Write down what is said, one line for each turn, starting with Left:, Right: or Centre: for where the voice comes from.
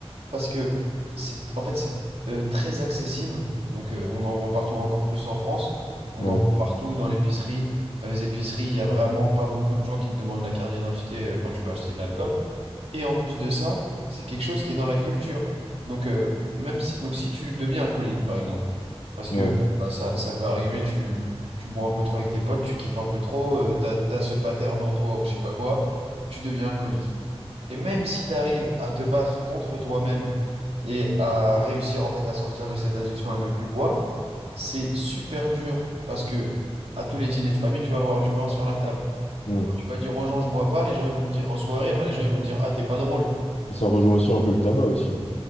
Right: Parce que c'est en fait c'est euh, très accessible. Donc euh, on en vend partout, encore plus en France. On
Left: Ouais,
Right: en vend partout dans l'épicerie. Dans les épiceries, il n'y a vraiment pas beaucoup de gens qui te demandent la carte d'identité euh, quand tu vas acheter de l'alcool. Et en plus de ça, c'est quelque chose qui est dans la culture. Donc euh, même si donc si tu deviens alcoolique par exemple, parce que
Left: ouais.
Right: bah, ça, ça peut arriver, tu tu bois un peu trop avec tes potes, tu kiffes un peu trop, euh, t'as, t'as ce pattern en toi ou je sais pas quoi, tu deviens alcoolique. Et même si tu arrives à te battre contre toi-même et à réussir en fait à sortir de cette addiction à ne plus boire, c'est super dur parce que à tous les dîners de famille, tu vas avoir du vin sur la table.
Left: mm.
Right: Tu vas dire aux gens je bois pas, les gens ils vont te dire en soirée, bah les gens ils vont te dire ah t'es pas drôle.
Left: Et ça rejoint aussi un peu le tabac aussi.